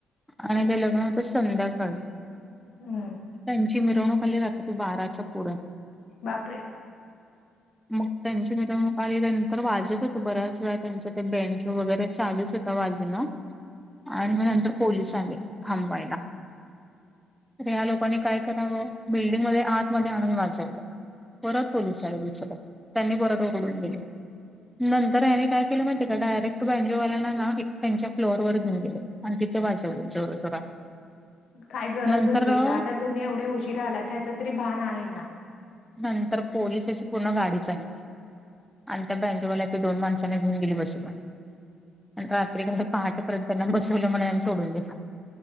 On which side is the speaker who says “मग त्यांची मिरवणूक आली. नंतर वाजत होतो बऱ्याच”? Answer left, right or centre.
Centre